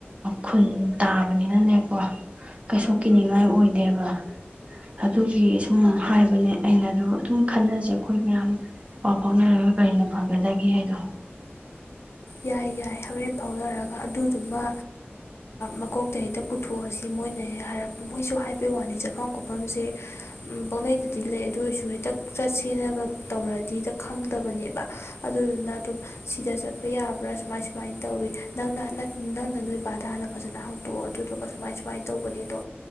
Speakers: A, on the right; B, on the left.
A: ꯈꯨꯟ ꯇꯥꯕꯅꯤꯅꯅꯦꯀꯣ ꯀꯩꯁꯨ ꯀꯤꯅꯤꯡꯉꯥꯏ ꯑꯣꯏꯗꯦꯕ ꯑꯗꯨꯒꯤ ꯁꯨꯝ ꯍꯥꯏꯕꯅꯦ ꯑꯩꯅ ꯑꯗꯨ ꯑꯗꯨꯝ ꯈꯟꯅꯁꯦ ꯑꯩꯈꯣꯏ ꯃꯌꯥꯝ ꯄꯥꯎ ꯐꯥꯎꯅꯔꯒ ꯀꯔꯤꯅ ꯐꯒꯗꯒꯦ ꯍꯥꯏꯗꯣ
B: ꯌꯥꯏ ꯌꯥꯏ ꯍꯣꯔꯦꯟ ꯐꯥꯎꯅꯔꯒ ꯑꯗꯨꯗꯨꯃ ꯃꯀꯣꯛꯇ ꯍꯦꯛꯇ ꯄꯨꯊꯣꯛꯑꯁꯤ ꯃꯣꯏꯅꯦꯛ ꯍꯥꯏꯔꯛꯄ ꯃꯣꯏꯁꯨ ꯍꯥꯏꯕꯩ ꯋꯥꯅꯤ ꯆꯠꯐꯝ ꯀꯣꯠꯐꯝꯁꯦ ꯄꯅꯩꯗꯗꯤ ꯂꯩ ꯑꯗꯨ ꯑꯣꯏꯔꯁꯨ ꯍꯦꯛꯇ ꯆꯠꯁꯦꯟꯅꯒ ꯇꯧꯔꯗꯤ ꯍꯦꯛꯇ ꯈꯪꯗꯕꯅꯦꯕ ꯑꯗꯨꯗꯨꯅ ꯑꯗꯨꯝ ꯁꯤꯗ ꯌꯥꯕ꯭ꯔꯥ ꯁꯨꯃꯥꯏ ꯁꯨꯃꯥꯏꯅ ꯇꯧꯋꯤ ꯅꯪꯅ ꯅꯪꯅ ꯅꯣꯏ ꯏꯕꯥꯗ ꯍꯥꯟꯅ ꯐꯖꯅ ꯍꯥꯡꯇꯣꯛꯑꯣ ꯑꯗꯨꯗꯨꯒ ꯁꯨꯃꯥꯏ ꯁꯨꯃꯥꯏꯅ ꯇꯧꯕꯅꯤ ꯑꯗꯣ